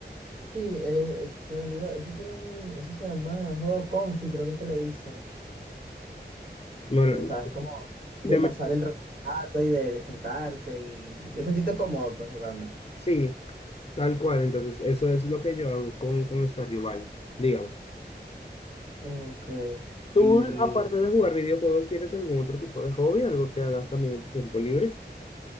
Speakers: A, on the right; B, on the left.
A: Sí, él es- eh, se me olvidó, eso tiene un, eso se llama juego comfy creo que es que le dicen,
B: Bueno,
A: que sabes, como de
B: te
A: pasar
B: Mm. me-
A: el rato y de, de sentarte y de sentirte cómodo pues jugando.
B: sí, tal cual, entonces eso es lo que yo hago con, con Stardew Valley, digamos.
A: Eh, Ok,
B: ¿Tú,
A: Y
B: aparte de jugar videojuegos, tienes algún otro tipo de hobby, algo que hagas también en tu tiempo libre?